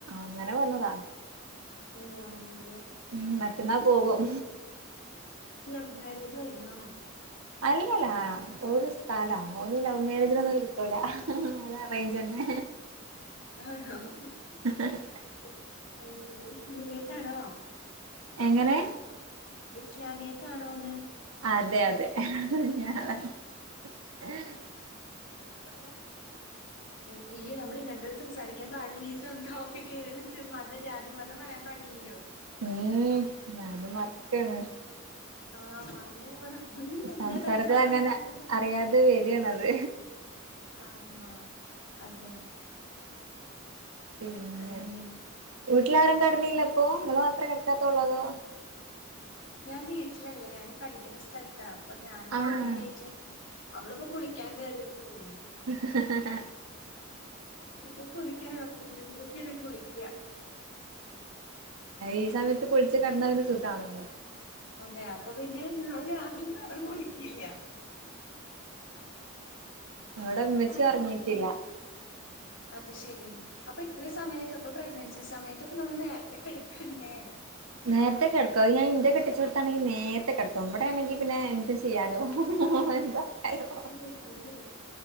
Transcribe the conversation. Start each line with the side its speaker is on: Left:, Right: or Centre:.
Right: അങ്ങനെ വ ന്നതാ
Left: ഓ അങ്ങനെ
Right: ഉ മറ്റന്നാ പോവും
Left: <unintelligible> മാരേജ്‌ ആയിരുന്നോ
Right: അല്ലല്ല ഓന് ഉസ്താദാ ഓന് ലവ് മേരേജിലൊന്നും കിട്ടൂലഓന് അറേഞ്ച് തന്നെ
Left: ആണോ
Right: അ
Left: <unintelligible>
Right: എങ്ങനെ
Left: ഇസ്ലാമിയത്താണോന്ന്
Right: അതെ അതെ <unintelligible>
Left: <inaudible>
Right: ഉ <inaudible>
Left: അയ അയ്യോ നമ്മൾ ഇങ്ങനത്തെ സംസാരിക്കാൻ പാടില്ല ഈ ടോപ്പിക് മീൻസ് മത ജാതി മതം പറയാൻ പാടില്ലല്ലോ
Right: ഉം ഞാനുംവർക്കാണ്
Left: ആ മറന്നു പോകുന്ന
Right: സംസാരത്തി
Left: സംസാരിക്കുന്നത്
Right: അങ്ങനെ അറിയാതെ വരാണ്ത്
Left: അമ്മ അതെ
Right: പിന്നെ
Left: അങ്ങനെ
Right: വീട്ടിലാരും കടന്നീല്ല അപ്പോ നിങ്ങൾ മാത്രമേ കിടക്കാത്തള്ളൂ അതോ
Left: ഞാൻ വീട്ടിലല്ല ഞാന് പഠിക്കുന്ന സ്ഥലത്താ അപ്പൊ ഞാനും എന്റെ
Right: ആഹ്
Left: റൂമേറ്റ് ഉം അവള് ഇപ്പോ കുളിക്കാൻ കേറിയ തേ ഉള്ളു
Right: ഹ ഹ
Left: ഇപ്പൊ കുളിക്കാനോ പന്ത്രണ്ടരൊക്കെ ആണെങ്കിൽ കുളിക്കുക
Right: ഈ സമയത്ത് ക്കുളിച് കിടന്ന പിന്നെസുഖാണല്ലോ
Left: അതെ അപ്പൊ പിന്നെ ഞാൻ രാവിലെ അ അവടെ കുളിക്കില്ല
Right: അവടെ ഉമ്മച്ചി
Left: അങ്ങനെ
Right: ഉറങ്ങിട്ടില്ല
Left: അത് ശെരി അപ്പൊ ഇത്ര സമയൊക്കെ ഇപ്പൊ പ്രഗ്നൻസി സമയത്തൊക്കെ നമ്മള് നേരത്തെക്കെ കിടക്കണ്ടേ
Right: നേരത്തെ കിടക്കും ഞാൻന്റെ കെട്ടിച്ച കൊടുത്താണെങ്കിൽ നേരത്തെ കടക്കുംവിടെ ആണെങ്ക പിന്നെ എന്ത് ചയാലോ എന്ത കാലോ
Left: രിക്ക